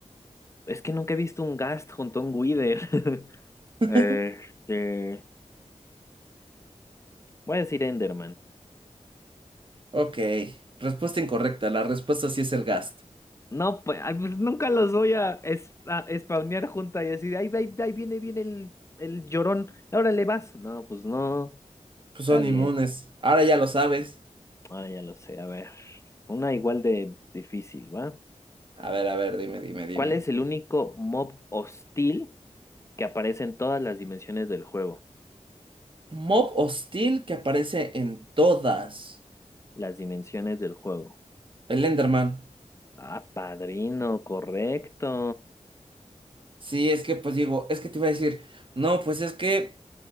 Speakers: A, on the left; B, on the right.
A: Es que nunca he visto un Ghast junto a un Wither. <laughs>
B: <laughs>
A: Este, voy a decir Enderman.
B: Ok, respuesta incorrecta. La respuesta sí es el Gast.
A: No, pues, ay, pues, nunca los voy a, es, a spawnear junta y así de, ahí, ahí, ahí viene, viene el, el llorón, ahora le vas. No, pues no,
B: Pues
A: está
B: son
A: bien,
B: inmunes. Ahora ya lo sabes.
A: ahora ya lo sé, a ver, una igual de difícil, ¿va?
B: A ver, a ver, dime, dime, dime.
A: ¿Cuál es el único mob hostil que aparece en todas las dimensiones del juego?
B: Mob hostil que aparece en todas.
A: Las dimensiones del juego.
B: El Enderman.
A: Ah, padrino, correcto.
B: Sí, es que pues digo, es que te iba a decir, no, pues es que,